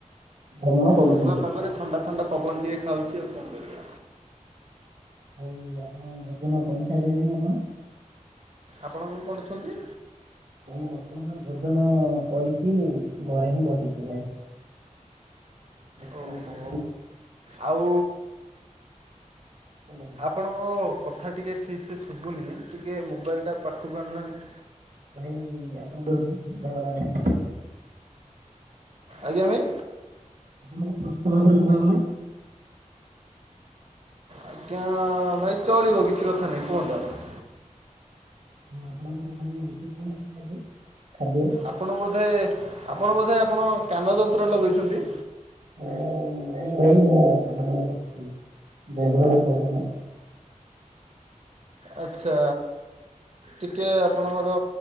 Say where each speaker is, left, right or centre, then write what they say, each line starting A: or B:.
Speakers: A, on the right; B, on the right.
A: ଭ୍ରମଣ କରୁଛନ୍ତି।
B: ମେଘୁଆ ପାଗରେ ଥଣ୍ଡା ଥଣ୍ଡା ପବନ ଟିକେ ଖାଉଛି ଆଉ କଣ କରିବା।
A: ଭାଇ ଆପଣ ଭୋଜନ କରିସାରିଲେଣିି ଆପଣ?
B: ଆପଣ କଣ କରୁଛନ୍ତି?
A: ଭାଇ ବର୍ତ୍ତମାନ ଭୋଜନ କରିକି ଘରେ ହିଁ ବସିଛି ଭାଇ। ହୁ ବର୍ତ୍ତମାନ
B: ଓହୋ ଆଉ
A: <unintelligible>
B: ଆପଣଙ୍କ କଥା ଟିକିଏ ଠିକ୍ ସେ ଶୁଭୁନି ଟିକେ ମୋବାଇଲ୍ ଟା ପାଖକୁ ଆଣୁନାହାଁନ୍ତି।
A: ଭାଇ ଆପଣଙ୍କ <unintelligible>
B: ଆଜ୍ଞା ଭାଇ।
A: ଆପଣଙ୍କୁ ସ୍ପଷ୍ଟ ଭାବରେ ଶୁଭା ଗଲା।
B: ଆଜ୍ଞା ଭାଇ ଚଳିବ କିଛି କଥା ନାଇଁ କୁହନ୍ତୁ ଆପଣ।
A: ଆପଣଙ୍କର ଘରେ ରୋଷେଇ କଣ ହେଇଛି ଆଜି ଖାଦ୍ୟରେ।
B: ଆପଣ ବୋଧେ ଆପଣ ବୋଧେ ଆପଣ କାନ ଯନ୍ତ୍ର ଲଗେଇଛନ୍ତି।
A: ନାଇଁ ନାଇଁ ଭାଇ ମୁଁ କାନ ଯନ୍ତ୍ର କିଛି ବ୍ୟବହାର କରୁନି।
B: ଆଚ୍ଛା ଟିକିଏ ଆପଣଙ୍କର